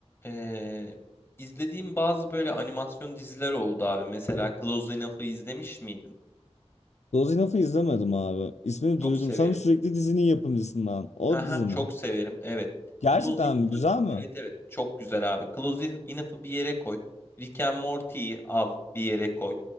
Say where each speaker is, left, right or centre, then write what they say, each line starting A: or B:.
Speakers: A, on the left (about 20°); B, on the left (about 85°).
A: Ee, izlediğim bazı böyle animasyon diziler oldu abi. Mesela Close Enough'ı izlemiş miydin?
B: Dozin Off'u izlemedim abi. İsmini
A: Çok
B: duydum.
A: severim.
B: Sanırım sürekli dizinin yapımcısından. O
A: Haha,
B: dizi
A: çok
B: mi?
A: severim. Evet.
B: Gerçekten
A: Close Enough'ı
B: mi? Güzel mi?
A: evet evet çok güzel abi. Close Enough'ı bir yere koy. Rick and Morty'yi al bir yere koy.